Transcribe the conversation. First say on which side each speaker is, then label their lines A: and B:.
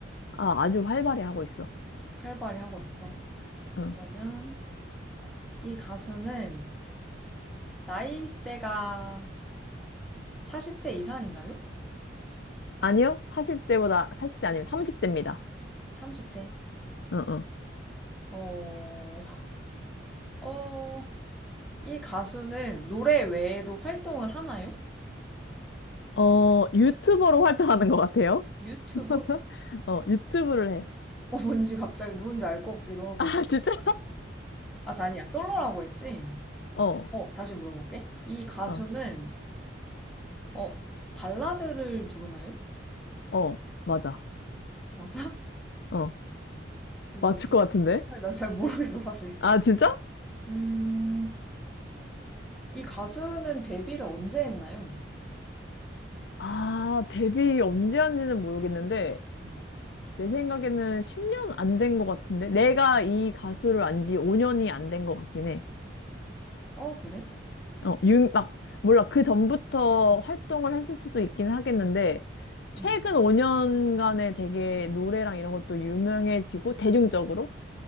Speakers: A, on the left; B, in the centre.
A: 아, 아주 활발히 하고 있어.
B: 활발히 하고 있어.
A: 어.
B: 그러면 이 가수는 나이대가 40대 이상인가요?
A: 아니요? 40대보다, 40대 아니면 30대입니다.
B: 30대.
A: 어, 어.
B: 어, 어, 이 가수는 노래 외에도 활동을 하나요?
A: 어, 유튜버로 활동하는 것 같아요.
B: 유튜브?
A: <laughs> 어, 유튜브를 해.
B: 어, 뭔지 갑자기 누군지 알 것 같기도 하고.
A: 아, 진짜?
B: 아, 아니야. 솔로라고 했지?
A: 어,
B: 어, 다시 물어볼게. 이 가수는,
A: 어,
B: 어, 발라드를 부르나요?
A: 어, 맞아.
B: 맞아?
A: 어,
B: 누구지?
A: 맞출 것 같은데?
B: 난잘 모르겠어, 사실.
A: 아, 진짜?
B: 음, 이 가수는 데뷔를 언제 했나요?
A: 아, 데뷔 언제 한지는 모르겠는데,
B: 음.
A: 내 생각에는 10년 안 된 것 같은데? 내가 이 가수를 안 지 5년이 안 된 것 같긴 해.
B: 어, 그래?
A: 어, 유, 막, 몰라. 그 전부터 활동을 했을 수도 있긴 하겠는데, 최근
B: 음.
A: 5년간에 되게 노래랑 이런 것도 유명해지고, 대중적으로